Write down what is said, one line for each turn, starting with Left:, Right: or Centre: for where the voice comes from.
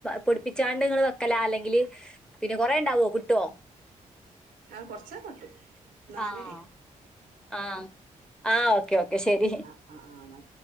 Centre: പൊടിപ്പിച്ചാണ്ട് നിങ്ങള് വെക്കല അല്ലെങ്കിൽ പിന്നെ കൊറെേ ഉണ്ടാവോ കുട്ടുവോ
Right: ആ കൊറച്ചാ കട്ടും നാല്
Centre: ആഹ് ആഹ് ആഹ് ഓക്കെ ഓക്കെ ശരി
Right: ആ ആ ആ എന്നാ